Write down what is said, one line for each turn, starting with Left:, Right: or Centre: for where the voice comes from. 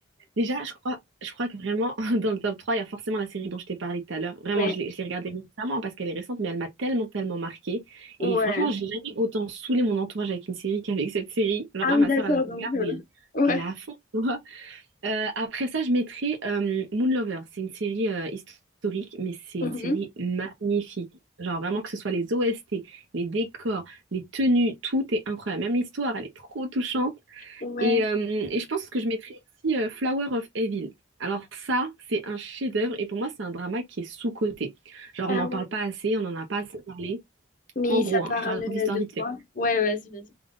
Right: déjà, je crois, je crois que vraiment, <laughs> dans le top 3 il y a forcément la série dont je t'ai parlé tout à l'heure. Vraiment,
Left: Ouais,
Right: je l'ai, je l'ai regardée récemment parce qu'elle est récente, mais elle m'a tellement, tellement marquée. Et
Left: ouais.
Right: franchement, j'ai jamais autant saoulé mon entourage avec une série qu'avec cette série. Alors
Left: Ah
Right: là,
Left: oui,
Right: ma
Left: d'accord,
Right: soeur, elle la regarde
Left: donc, euh,
Right: et
Left: ouais.
Right: elle a à fond. <laughs> Euh, après ça, je mettrai euh, Moonlover. C'est une série euh, historique, mais c'est
Left: Mhm.
Right: une série magnifique. Genre vraiment que ce soit les OST, les décors, les tenues, tout est incroyable. Même l'histoire, elle est trop touchante.
Left: Ouais.
Right: Et, euh, et je pense que je mettrai aussi euh, Flower of Evil. Alors ça, c'est un chef-d'œuvre et pour moi, c'est un drama qui est sous-coté. Genre
Left: Ah
Right: on n'en
Left: ouais.
Right: parle pas assez, on n'en a pas assez parlé.
Left: Mais
Right: En gros,
Left: ça
Right: hein,
Left: parle
Right: je te raconte
Left: de
Right: l'histoire vite fait.
Left: quoi? Ouais, vas-y, vas-y.